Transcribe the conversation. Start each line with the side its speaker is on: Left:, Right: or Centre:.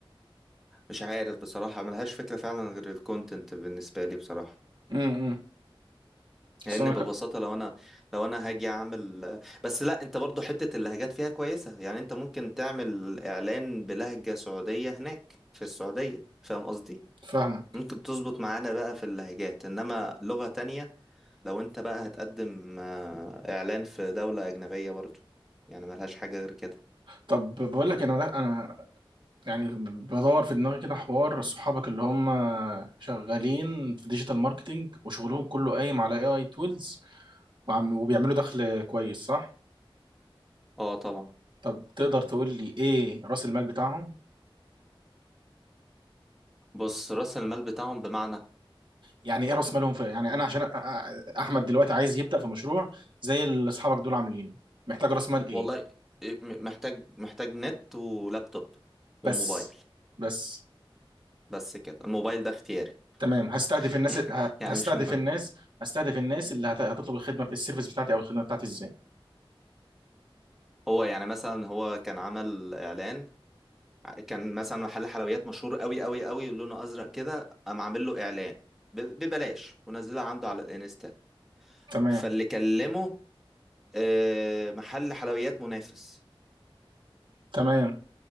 Centre: مش عارف بصراحة ملهاش فكرة فعلا غير الكونتنت بالنسبة لي بصراحة
Right: امم أمم.
Centre: لان
Right: أصل أنا
Centre: ببساطة
Right: ك-
Centre: لو انا لو انا هاجي اعمل بس لا انت برضو حتة اللهجات فيها كويسة يعني انت ممكن تعمل اعلان بلهجة سعودية هناك في السعودية فاهم قصدي؟
Right: فاهمك
Centre: ممكن تظبط معانا بقى في اللهجات انما لغة تانية لو انت بقى هتقدم آه، اعلان في دولة اجنبية برضو يعني ملهاش حاجة غير كده
Right: طب بقول لك انا ده انا يعني بدور في دماغي كده حوار صحابك اللي هم شغالين في ديجيتال ماركتينج وشغلهم كله قايم على اي اي تولز وعم وبيعملوا دخل كويس صح؟
Centre: اه طبعا
Right: طب تقدر تقول لي ايه راس المال بتاعهم؟
Centre: بص رأس المال بتاعهم بمعنى
Right: يعني ايه راس مالهم في يعني انا عشان أ- أ- احمد دلوقتي عايز يبدأ في مشروع زي اللي اصحابك دول عاملينه محتاج راس مال ايه؟
Centre: والله إيه، م- محتاج محتاج نت ولابتوب وموبايل
Right: بس بس
Centre: بس كده الموبايل ده اختياري
Right: تمام هستهدف
Centre: <laughs>
Right: الناس
Centre: يعني
Right: ه-
Centre: يعني
Right: هستهدف
Centre: مش مهم
Right: الناس هستهدف الناس اللي هت- هتطلب الخدمة السيرفيس بتاعتي او الخدمة بتاعتي ازاي؟
Centre: هو يعني مثلا هو كان عمل اعلان كان مثلا محل حلويات مشهور قوي قوي قوي لونه ازرق كده قام عامل له اعلان ب- ببلاش ونزلها عنده على الانستا
Right: تمام
Centre: فاللي كلمه آه، محل حلويات منافس
Right: تمام